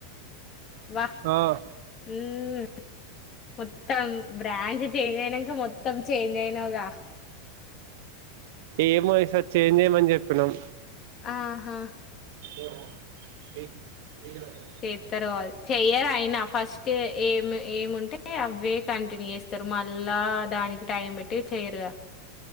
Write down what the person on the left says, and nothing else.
వాహ్.
ఉమ్. మొత్తం బ్రాంచ్ చేంజ్ అయినాక మొత్తం చేంజ్ అయినావుగా.
ఆహా.
చేస్తారువా చెయ్యరు అయినా, ఫస్ట్ ఏమి ఏముంటే అవే కంటిన్యూ చేస్ స్తారు మళ్ళా దానికి టైం పెట్టి చెయ్యరుగా